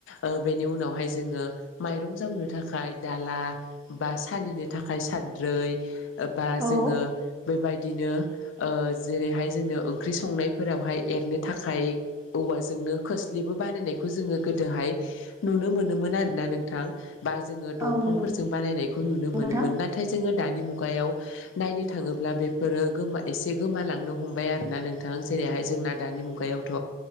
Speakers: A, on the left; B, on the right.
A: ओ बेनि उनावहाय जोङो माइरं जावनो थाखाय दाला बा सालिनो थाखाय सानद्रै ओ बा जोङो
B: औ
A: बेबायदिनो ओ जेरैहाय जोंनो ओंख्रि संनायफोरावहाय एरनो थाखाय औवाजोंनो खोस्लिबो बानायनायखौ जोङो गोदोहाय नुनो मोनोमोन आरो ना नों थां बा जोङो दंफांफोरजों
B: औ नंगौ
A: बानायनायखौ नुनो मोनोमोन
B: नोंथां
A: नाथाय जोङो दानि मुगायाव नायनो थाङोब्ला बेफोरो गोमा एसे गोमालांनो हमबाय आरोना नोंथां जेरैहाय जोंना दानि दिनि मुगायावथ'